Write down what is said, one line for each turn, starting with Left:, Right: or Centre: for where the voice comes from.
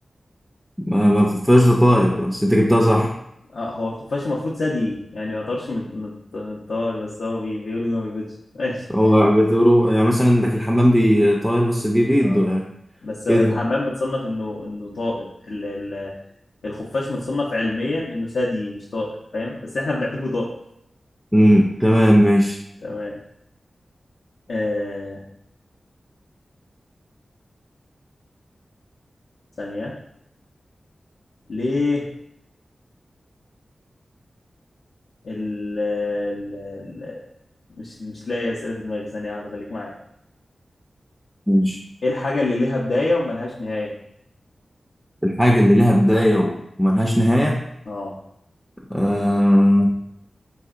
Centre: ما ما الخفاش ده طائر بس انت جبتها صح
Left: آه هو الخفاش المفروض ثدي يعني ما يعتبرش من من من الطائر بس هو بي... بيولد وما بيبيضش ماشي
Centre: هو بتقولوا يعني مثلا عندك الحمام بيطير بس بيبيض
Left: آه. بس
Centre: كده
Left: هو الحمام متصنف إنه إنه طائر ال... ال... الخفاش متصنف علميا إنه ثدي مش طائر فاهم بس إحنا بنعتبره طائر
Centre: امم تمام ماشي
Left: تمام آه... ثانية ليه ال ال ال مش مش لاقي اسئله في دماغي ثانيه واحده خليك معايا
Centre: ماشي
Left: ايه الحاجه اللي ليها بدايه وملهاش نهايه
Centre: الحاجة اللي لها بداية وملهاش نهاية
Left: اه
Centre: آه